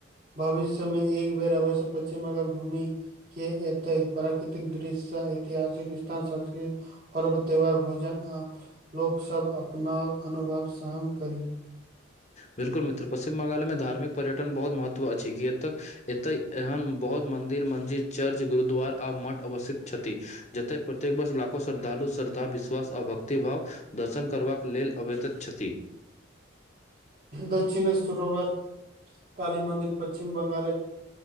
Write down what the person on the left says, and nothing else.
बिल्कुल मित्र, पश्चिम बंगाल में धार्मिक पर्यटन बहुत महत्व अछि, कि एतऽ एतै एहन बहुत मंन्दिर, मस्जिद, चर्च गुरुद्वार आ मठ अवस्थित छथि। जतय प्रत्येक वर्ष लाखो श्रद्धालु श्रद्धा, विश्वास आ भक्तिभाव दर्शन करबाक लेल अवैत छथि।